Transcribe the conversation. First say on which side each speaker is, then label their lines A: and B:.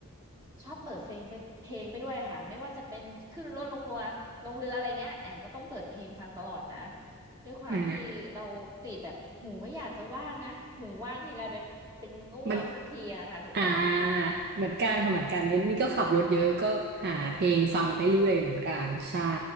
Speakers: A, on the right; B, on the right.
A: ชอบเปิดเพลงไปเพลงไปด้วยค่ะไม่ว่าจะเป็นขึ้นรถลงเรือลงเรืออะไรเงี้ยแอมก็ต้องเปิดเพลงฟังตลอดนะด้วยความที่เราติดแบบหูไม่อยากจะว่างนะหูว่างทีไรไปเป็นง่วงทุกทีอะค่ะคุณแพร
B: อ่ามันอ่าเหมือนกันค่ะเหมือนกันเว้นนี่ก็ขับรถเยอะก็หาเพลงฟังไปเรื่อยเหมือนกันใช่